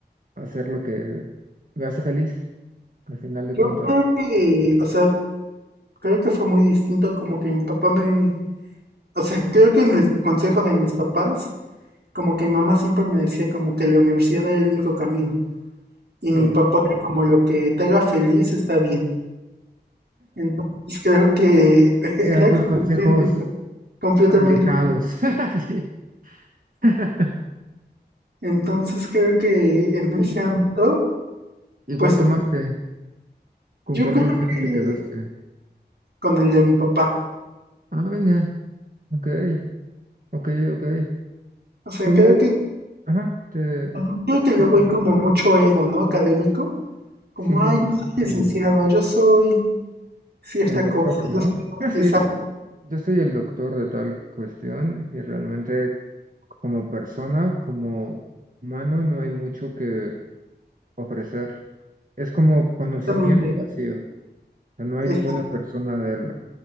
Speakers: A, on the right; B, on the right.
A: hacer lo que me hace feliz? Al final de
B: Yo
A: cuentas,
B: creo que, o sea, creo que fue muy distinto como que mi papá me, o sea, creo que en el consejo de mis papás, como que mi mamá siempre me decía como que la universidad era el único camino y
A: claro,
B: mi papá era como lo que te haga feliz está bien. Entonces creo que <laughs>
A: eran
B: era
A: dos
B: como
A: consejos
B: que completamente
A: alejados. <laughs> Sí. <laughs>
B: Entonces creo que en ese
A: ¿Y,
B: ámbito,
A: igual
B: pues
A: tomaste? ¿Con
B: yo
A: cuál
B: creo
A: consejo
B: que
A: te quedaste?
B: con el de mi papá.
A: Ah, venga, ok, ok, ok.
B: O sea,
A: ¿Cómo?
B: creo que,
A: Ajá, te
B: mm, creo
A: escucho.
B: que luego hay como mucho ego, ¿no? Académico. Como,
A: Sí,
B: ay,
A: muchísimo.
B: yo soy licenciado, yo soy cierta
A: El doctor,
B: cosa, yo
A: ¿no? <laughs> Sí,
B: soy...
A: yo soy el doctor de tal cuestión y realmente como persona, como humano, no hay mucho que ofrecer. Es como conocimiento
B: Exactamente,
A: vacío. O sea, no hay
B: ex-
A: ninguna persona del